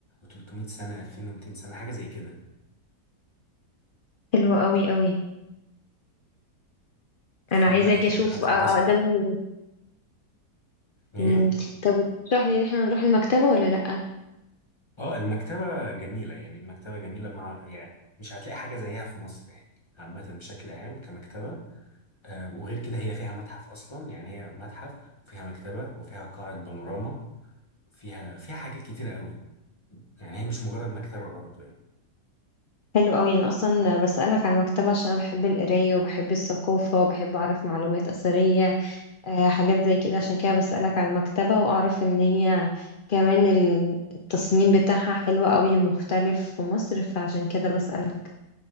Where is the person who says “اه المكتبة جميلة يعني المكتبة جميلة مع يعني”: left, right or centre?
Left